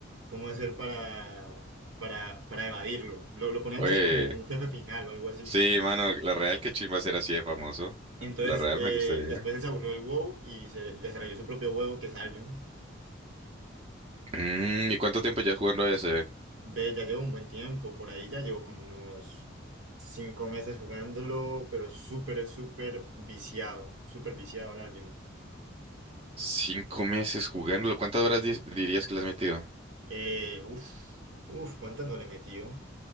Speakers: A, on the right; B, on the right.
A: cómo hacer para, para, para evadirlo. Lo, lo ponían
B: Oye.
A: casi como un jefe final o algo así.
B: Sí, mano, la Real que chimba ser así de famoso.
A: Y entonces
B: La Real
A: eh,
B: me gustaría.
A: después él se aburrió el WoW y se desarrolló su propio juego que es Albion.
B: Mm, ¿y cuánto tiempo ya jugando a ese?
A: Ve, ya llevo un buen tiempo, por ahí ya llevo como unos cinco meses jugándolo, pero súper, súper viciado, súper viciado al Albion.
B: Cinco meses jugándolo. ¿Cuántas horas di- dirías que le has metido?
A: Eh, uf, uf, ¿cuántas no le he metido?